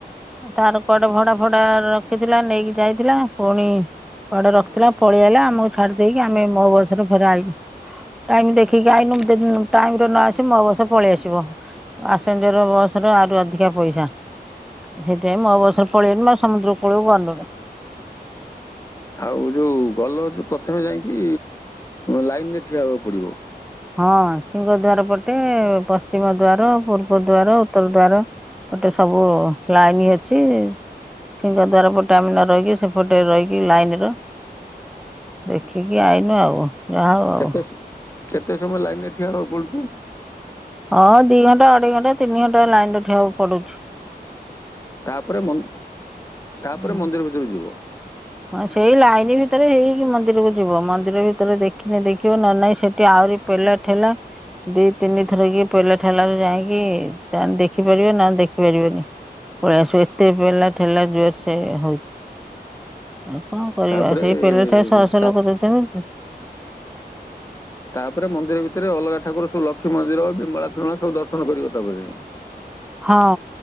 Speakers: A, in the centre; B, on the left.
A: ତାର କଆଡେ ଭଡା ଫଡା ରଖିଥିଲା ନେଇକି ଯାଇଥିଲା ପୁଣି କୁଆଡେ ରଖିଥିଲା ପଳେଇ ଆଇଲା ଆମକୁ ଛାଡ଼ି ଦେଇକି ଆମେ ମୋ ବସରେ ଫେର ଆଇନୁ ଟାଇମ ଦେଖିକି ଆଇନୁ ଟାଇମରେ ନ ଆସିବୁ ମୋ ବସ ପଳେଇ ଆସିବ ପାସେଞ୍ଜର ବସ୍ ରେ ଆହୁରି ଅଧିକ ପଇଷା। ହେଇଥି ପାଇଁ ମୋ ବସ୍ ରେ ପଳେଇ ଆଇନୁ ସମୁଦ୍ର କୁଳକୁ ଗଲୁନୁ।
B: ଆଉ ଯୋଉ ଗଲ ଯୋଉ ପ୍ରଥମେ ଯାଇକି ଲାଇନରେ ଠିଆ ହେବାକୁ ପଡିବ।
A: ହଁ ସିଂହ ଦ୍ୱାର ପଟେ ପଶ୍ଚିମ ଦ୍ୱାର ପୂର୍ବ ଦ୍ୱାର ଉତ୍ତର ଦ୍ୱାର ପଟେ ସବୁ ଲାଇନ ଅଛି ସିଂହ ଦ୍ୱାର ପଟେ ଆମେ ନରହିକି ସେପଟେ ରହିକି ଲାଇନର ଦେଖିକି ଆଇନୁ ଆଉ। ଯା ହୋଉ
B: କେତେ ସ- କେତେ ସମୟ ଲାଇନରେ ଠିଆ ହେବାକୁ ପଡୁଚି?
A: ହଁ ଦିଇ ଘଣ୍ଟା ଅଢେଇ ଘଣ୍ଟା ତିନି ଘଣ୍ଟା ଲାଇନରେ ଠିଆ ହବାକୁ ପଡୁଚି।
B: ତାପରେ ମ ତାପରେ
A: ହୁଁ।
B: ମନ୍ଦିର ଭିତରୁ ଯିବ।
A: ହଁ ସେଇ ଲାଇନ ଭିତରେ ହେଇକି ମନ୍ଦିରକୁ ଯିବ ମନ୍ଦିର ଭିତରେ ଦେଖିନି ଦେଖିବ ନହେଲେ ନାଇଁ ସେଠି ଆହୁରି ପେଲା ଠେଲା ଦିଇ ତିନି ଥରକି ପେଲା ଠେଲାରେ ଯାଇକି ଦେଖିପାରିବ ନହେଲେ ଦେଖି ପାରିବନି ପଳେଇ ଆସିବ ଏତେ ପେଲା ଠେଲା ଜୋରସେ ହୋଉ ଆଉ କଣ କରିବା
B: ତାପରେ
A: ସେଇ ପେଲା ଠେଲାରେ ଶହ ଶହ
B: ତା
A: ଲୋକ ଯାଉଚନ୍ତି।
B: ତାପରେ ମନ୍ଦିର ଭିତରେ ଅଲଗା ଠାକୁର ସବୁ ଲ ଲକ୍ଷେ ମନ୍ଦିର ବିମଳା ଫିମଳା ସବୁ ଦର୍ଶନ କରିବ ତାପରେ ଯାଇଁକି।
A: ହଁ